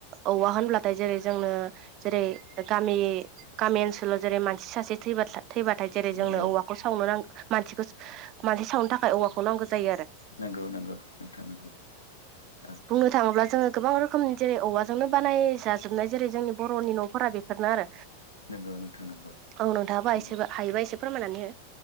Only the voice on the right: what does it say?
औवा होनब्लाथाय जेरै जोंनो जेरै गामि गामि गामि ओनसोलाव जेरै मानसि सासे थैबाथाय जेरै जोंनो
औवाखौ सावनो नांगौ मानसिखौ मानसि सावनो थाखाय औवाखौ नांगौ जायो आरो
बुंनो थाङोब्ला जोङो गोबां रोखोमनि जेरै औवाजोंनो बानाय जाजोबनाय जेरै जोंनि बर'नि न'फोरा बेफोरनो आरो
औ नोंथाङाबा
एसे हायोबा एसे फोरमायनानै हो